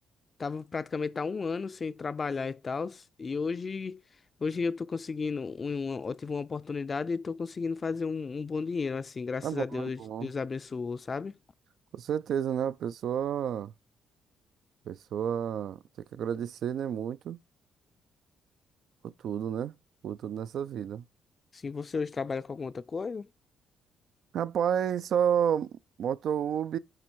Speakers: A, on the left; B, on the right.
A: Tava praticamente há um ano sem trabalhar e tal, e hoje, hoje eu tô conseguindo, um, eu tive uma oportunidade e tô conseguindo fazer um, um bom dinheiro, assim, graças
B: É bom,
A: a Deus,
B: é bom.
A: Deus abençoou, sabe?
B: Com certeza, né? A pessoa, a pessoa tem que agradecer, né? Muito por tudo, né? Por tudo nessa vida.
A: Se você hoje trabalha com alguma outra coisa,
B: Rapaz, só motohub